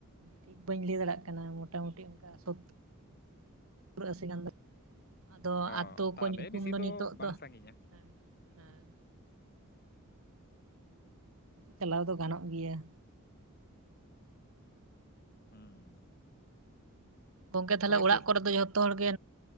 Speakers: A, on the right; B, on the left.
A: ᱴᱷᱤᱠ ᱵᱟᱹᱧ ᱞᱟᱹᱭ ᱫᱟᱲᱮᱭᱟᱜ ᱠᱟᱱᱟ ᱢᱚᱴᱟᱢᱩᱴᱤ ᱚᱱᱠᱟ ᱥᱚ <unintelligible>
B: ᱚ
A: ᱟᱛᱩ ᱠᱚ
B: ᱛᱟᱦᱚᱞᱮ
A: ᱧᱩᱛᱩᱢ
B: ᱵᱮᱥᱤ
A: ᱫᱚ ᱱᱤᱛᱚᱜ
B: ᱵᱟᱝ
A: ᱫᱚ
B: ᱥᱟᱺᱜᱤᱧᱟ
A: ᱦᱮᱸ ᱦᱮᱸ ᱪᱟᱞᱟᱣ ᱫᱚ ᱜᱟᱱᱚᱜ ᱜᱮᱭᱟ
B: ᱦᱩᱸ
A: ᱜᱚᱝᱠᱮ ᱛᱟᱦᱚᱞᱮ
B: ᱦᱳᱭ
A: ᱚᱲᱟᱜ
B: ᱥᱩᱨ
A: ᱠᱚᱨᱮ ᱫᱚ, ᱡᱚᱛᱚ ᱦᱚᱲᱜᱮ